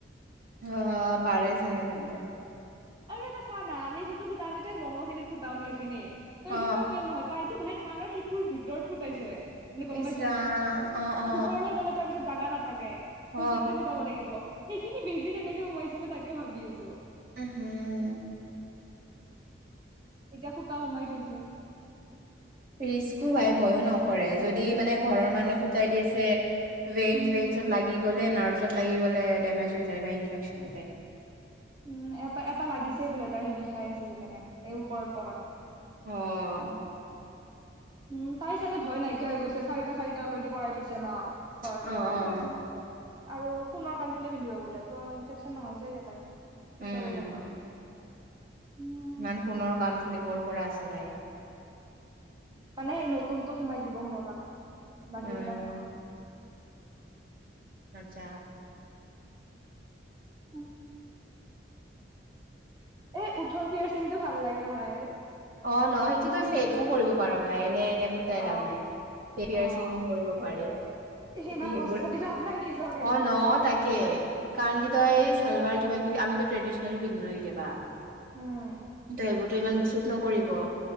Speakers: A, on the right; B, on the right.
A: অ পাৰে চাগে তেন্তে।
B: আৰু এটা চানা আমি যোনটো ফুটা আমিতো মগল খিনিত ফুটাও ন এইখিনি। তই
A: অ
B: এইখিনিখন পেন নহয় তাইতো ভাই কাণৰ শিটোৰ ভিতৰত পুটাইছে। মানে গম
A: ইচ
B: পাইছ
A: ৰাম
B: ন
A: অ অ
B: ওপৰলৈ গ'লে তাৰপিছত জাগা নাথাকে ত
A: অ
B: সেইখিনিতে পুটাব লাগিব সেইখিনি বেজি কেনেকে সোমাইছে তাকে ভাবি আছো।
A: উ হম।
B: এতিয়া সূতা সোমাই থৈছে।
A: ৰিস্কো ভাই ভয়ো নকৰে যদি মানে ঘৰৰ মানুহে ফুটাই দি আছে। ননব
B: উম
A: লাগি গলে নাৰ্ভত লাগি গলে ডমেজ হৈ যায় বা ইনফেকচন হৈ যায়
B: উম এটা এটা লাগিছেই বোলে তাই সেই বিষাই আছে সেইকাৰণে এই ওপৰত পৰাত
A: আহ
B: উম তাই চাগে ভয় নাইকিয়া হৈ গৈছে চাৰিটা চাৰিটা অলৰেডি কৰাই থৈছে ন ঘৰতে
A: অ', অ'।
B: কৰিছে আৰু সোণৰ কাণফুলি পিন্ধিব বোলে ত' ইনফেকচন নহয়ছেগে তাইৰ
A: উম,
B: পিছলৈ গম পাম এতিয়া উম
A: ইমান সোণৰ কাণফুলি ক'ৰ পৰা আছে বাই
B: মানে স নতুনতটোত সোমাই দিব সোণৰ কণ বাকী
A: উম,
B: এটা নহয়।
A: আচ্ছা
B: উম। এ উঠৰ পিয়াৰ চিংটো ভাল লাগে। ভাই
A: অ ন সেইটো তই ফেকো কৰিব পাৰ ভাই এনে এনে ফুটাই
B: অ
A: লাভ নাই সেইয়িং
B: অ
A: কৰিব
B: সেইটোয়ে
A: পাৰি
B: সিমান
A: সেইবোৰ
B: কষ্ট দি লাভ নাই নিজকে
A: অ ন তাকে কাৰণ কি তই চালভাৰ কিবা কিবি আমিতো ট্ৰেডিচনেলো পিন্ধো নয় কেতিয়াবা
B: উম
A: ত সেইবোৰতো ইমান শুট নকৰিব